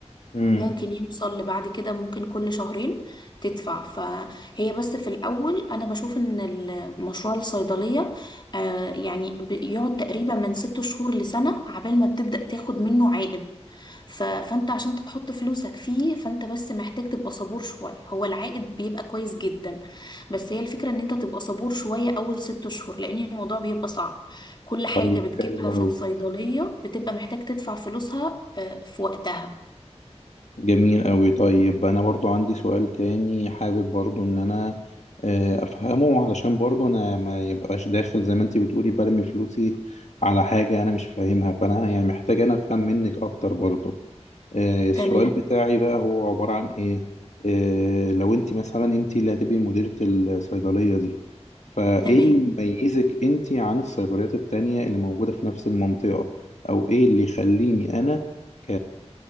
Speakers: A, on the left; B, on the left.
A: امم
B: ممكن يوصل لبعد كده ممكن كل شهرين تدفع فهي بس في الأول أنا بشوف إن المشروع الصيدلية آه يعني بيقعد تقريبا من ست شهور لسنة عبال ما بتبدأ تاخد منه عائد ف... فأنت عشان تحط فلوسك فيه فأنت بس محتاج تبقى صبور شوية هو العائد بيبقى كويس جدا بس هي الفكرة إن أنت تبقى صبور شوية أول ست شهور لأن الموضوع بيبقى صعب كل حاجة
A: طيب
B: بتجيبها
A: حلو
B: في
A: أوي
B: الصيدلية بتبقى محتاج تدفع فلوسها آه في وقتها
A: جميل أوي طيب أنا برضو عندي سؤال تاني حابب برضو إن أنا آه، أفهمه علشان برضو أنا ما يبقاش داخل زي ما أنت بتقولي برمي فلوسي على حاجة أنا مش فاهمها فأنا يعني محتاج أنا أفهم منك أكتر برضو آه، السؤال
B: تمام
A: بتاعي بقى هو عبارة عن إيه آه، لو أنت مثلا أنت اللي هتبقي مديرة الصيدلية دي فإيه
B: تمام
A: اللي يميزك أنت عن الصيدليات التانية اللي موجودة في نفس المنطقة أو إيه اللي يخليني أنا ك